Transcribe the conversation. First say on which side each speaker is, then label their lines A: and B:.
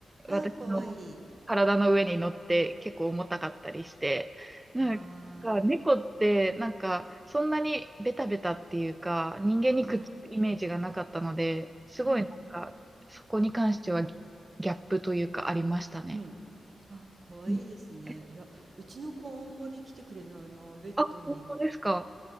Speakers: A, on the right; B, on the right.
A: あら、
B: 私の体の上に乗って結構重たかったりして、
A: かわいい。はーい。
B: なんか猫ってなんかそんなにベタベタっていうか人間にくっつくイメージがなかったので、
A: うん、
B: すごいなんかそこに関してはギギャップというかありましたね。
A: うん、うん。あ、かわいいですね。
B: うんえ
A: いや、うちの子あんまり来てくれないな、ベッドに。
B: あ、本当ですか。